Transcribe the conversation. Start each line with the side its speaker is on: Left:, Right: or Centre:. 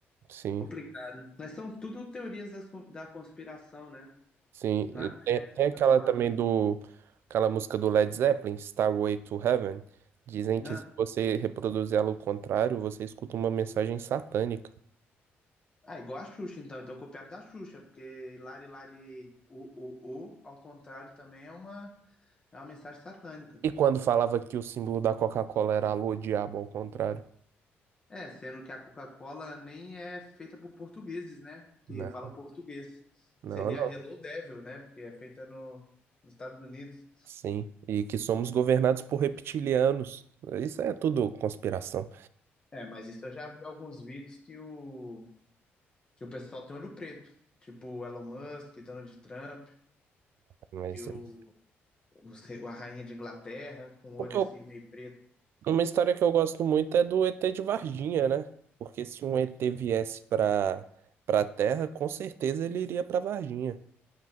Right: sim,
Left: complicado. Mas são tudo teorias das, con- da conspiração, né?
Right: sim.
Left: Nada
Right: Tem,
Left: é
Right: tem
Left: comprovado.
Right: aquela também do, aquela música do Led Zeppelin, Starway to Heaven, dizem
Left: Né?
Right: que se você reproduzir ela ao contrário, você escuta uma mensagem satânica.
Left: Ah, igual a Xuxa, então. Então copiaram da Xuxa, porque Lari Lari o, o, o, ao contrário, também é uma, é uma mensagem satânica.
Right: E quando falava que o símbolo da Coca-Cola era a lua, o diabo ao contrário?
Left: É, sendo que a Coca-Cola nem é feita por portugueses, né? Que
Right: Não,
Left: fala português.
Right: não,
Left: Seria
Right: não.
Left: Hello Devil, né? Porque é feita no, nos Estados Unidos.
Right: Sim, e que somos governados por reptilianos. Isso é tudo conspiração.
Left: É, mas isso eu já vi alguns vídeos que o, que o pessoal tem olho preto. Tipo o Elon Musk, Donald Trump,
Right: Mas
Left: que o,
Right: é.
Left: o, a rainha de Inglaterra com o olho
Right: O que
Left: assim
Right: eu-
Left: meio preto.
Right: uma história que eu gosto muito é do ET de Varginha, né? Porque se um ET viesse para para Terra, com certeza ele iria para Varginha.